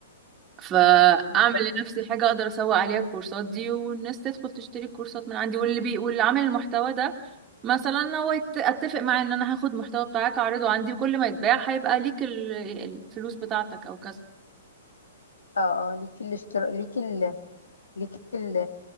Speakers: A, on the right; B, on the left.
A: فاعمل
B: بالظبط
A: لنفسي حاجه اقدر اسوق عليها الكورسات دي والناس تدخل تشتري الكورسات من عندي واللي بي واللي عامل المحتوى ده مثلا هو يت- اتفق معاه ان انا هاخد محتوى بتاعك اعرضه عندي وكل ما يتباع هيبقى ليك ال- الفلوس بتاعتك او كذا
B: اه اه ليكي الاشتراك ليكي ال... ليكي ال...